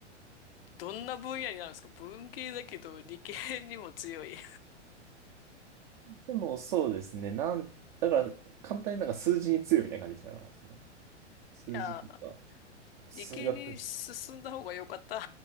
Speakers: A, on the left; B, on the right.
A: どんな分野になるんですか文系だけど理系にも強い。<laughs> い
B: でもそうですね。なん、だから簡単になんか数字に強いみたいな感じでしから、その数字とか
A: や、
B: 数学。
A: 理系に進んだ方が良かった。